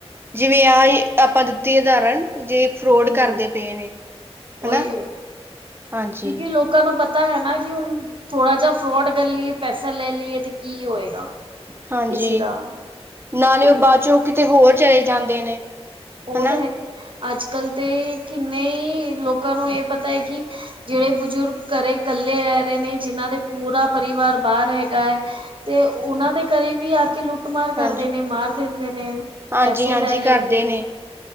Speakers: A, on the right; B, on the right.
A: ਜਿਵੇਂ ਆ ਹੀ ਆਪਾਂ ਦਿੱਤੀ ਉਦਾਹਰਨ ਜੇ ਫਰੋਡ
B: ਹੂੰ,
A: ਕਰਦੇ ਪਏ ਨੇ
B: ਉਹੀ
A: ਹੈਨਾ ਹਾਂਜੀ
B: ਕਿਉਂਕਿ ਲੋਕਾਂ ਨੂੰ ਪਤਾ ਹੈ ਨਾ ਕਿ ਹੁਣ ਥੋੜਾ ਜਿਹਾ ਫਰੋਡ ਕਰ ਲਈਏ ਪੈਸਾ ਲੈ ਲਈਏ ਤੇ ਕੀ ਹੋਏਗਾ
A: ਹਾਂਜੀ
B: ਕਿਸੇ ਦਾ
A: ਨਾਲੇ
B: ਹੈ ਕਿ ਨਹੀਂ
A: ਉਹ ਬਾਅਦ ਚੋਂ ਕਿਤੇ ਹੋਰ ਚਲੇ ਜਾਂਦੇ ਨੇ
B: ਉਹ
A: ਹਨਾ
B: ਤਾਂ ਹੈ ਅੱਜ ਕੱਲ ਤੇ ਕਿੰਨੇ ਹੀ ਲੋਕਾਂ ਨੂੰ ਇਹ ਪਤਾ ਹੈ ਕਿ ਜਿਹੜੇ ਬਜ਼ੁਰਗ ਘਰੇ ਕੱਲੇ ਰਹਿ ਰਹੇ ਨੇ ਜਿਨਾਂ ਦੇ ਪੂਰਾ ਪਰਿਵਾਰ ਬਾਹਰ ਹੈਗਾ ਹੈ। ਤੇ ਉਹਨਾਂ ਦੇ ਘਰੇ ਵੀ ਆ ਕੇ ਲੁੱਟ ਲੁੱਟ ਮਾਰ ਕਰਦੇ
A: ਹਾਂਜੀ
B: ਨੇ ਮਾਰ ਦਿੰਦੇ ਨੇ
A: ਹਾਂਜੀ
B: ਪੈਸੇ
A: ਹਾਂਜੀ
B: ਲੈ ਲੈਂਦੇ
A: ਕਰਦੇ
B: ਨੇ